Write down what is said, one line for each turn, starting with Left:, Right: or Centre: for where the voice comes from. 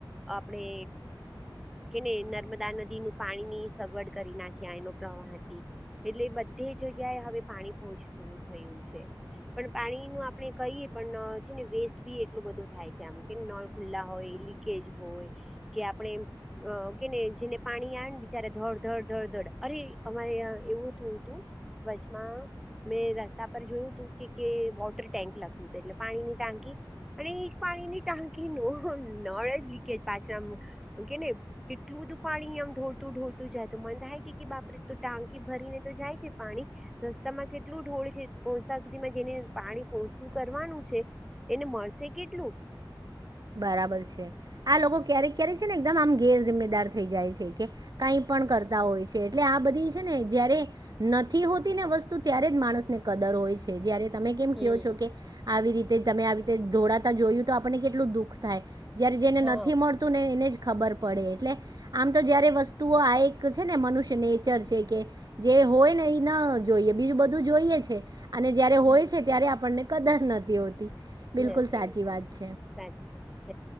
Centre: આપણે કે ને નર્મદા નદી નું પાણી ની સગવડ કરી. ના ક્યાંય નો પ્રવાહથી એટલે બધી જગ્યાએ હવે પાણી પહોંચતું થયું છે. પણ પાણી નું આપણે કહીય એ પણ ન છે ને વેસ્ટ બી એટલું બધું થાય છે, આમ કે નળ ખુલ્લા હોય. લિંકેજ હોય. આપડે કેને જેને પાણી આવેને બિચારા ધડઘડ ધડ ધડધડ અરે અમારે એવું થયું તું વચમાં મેં રસ્તા પર જોયું તું. કે કે વોટર ટેન્ક લખ્યું હતું એટલે પાણીની ટાંકી અને એજ પાણીની ટાંકી ન નળ લીકેજ પાછળ કેને કેટલું બધું પાણી આમ ઢોળતું ઢોળતું જાયતું મન થાય બાપ ટાંકી ભરીને તો જાય છે, પાણી રસ્તા માં કેટલું ઢોળ છે. પોતાના જેને પાણી પોચતું કરવાનું છે, એને મળશે કેટલું?
Right: બરાબર છે, આ લોકો ક્યારેક ક્યારેક છે, ને એકદમ આમ ગેર જિમ્મેદાર થઈ જાય છે, કે કાંઈ કરતા હોય છે, એટલે આ બધી છે, ને જયારે નથી હોતી ને વસ્તુ ત્યારે જ માણસ ને કદર હોય છે, જયારે તમે કેમ કો
Centre: હમ
Right: છો, કે આવી રીતે તમે આવી રીતે ધોળતા જોયું તો આપણને કેટલું દુઃખ થાય. જયારે જેને
Centre: હા
Right: નથી મળતું ને એને જ ખબર પડે એટલે આમ તો જયારે વસ્તુઓ આ એક છે ને મનુષ્ય નેચર છે કે જે હોય ને એ ન જોઈએ બીજું બધું જોઈએ છે. અને જયારે
Centre: હમ
Right: હોય છે ત્યારે આપણને કદર નથી હોતી.
Centre: નથીતી
Right: બિલકુલ સાચી વાત છે
Centre: સાચ ચ